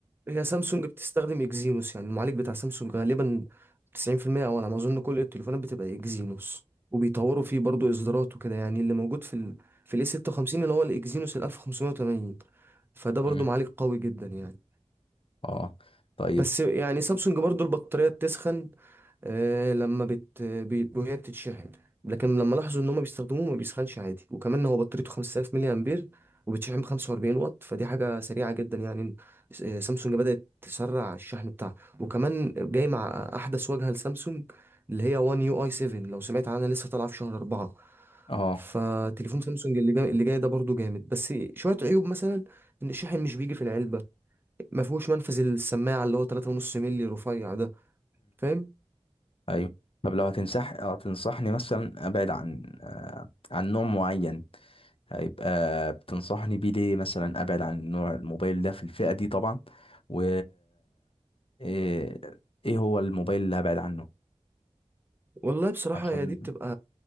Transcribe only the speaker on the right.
هي سامسونج بتستخدم اكزينوس يعني المعالج بتاع سامسونج غالبا 90% او على ما اظن كل التليفونات بتبقى اكزينوس وبيطوروا فيه برضو اصدارات وكده يعني اللي موجود في ال في الاي 56 اللي هو الاكزينوس ال 1580 فده برضو
معالج قوي جدا يعني
بس يعني سامسونج برضو البطارية بتسخن آه، لما بت بي- وهي بتتشحن لكن لما لاحظوا ان هم بيستخدموه ما بيسخنش عادي وكمان هو بطاريته 5000 ملي امبير وبتشحن ب 45 واط فدي حاجة سريعة جدا يعني س- آه، سامسونج بدأت تسرع الشحن بتاعها وكمان جاي مع احدث واجهة لسامسونج اللي هي وان يو اي 7 لو سمعت عنها لسه طالعة في شهر 4
فتليفون سامسونج اللي جاي اللي جاي ده برضو جامد بس شوية عيوب مثلا ان الشاحن مش بيجي في العلبة ما فيهوش منفذ السماعه اللي هو 3.5 مللي رفيع ده فاهم
والله بصراحه
هي دي بتبقى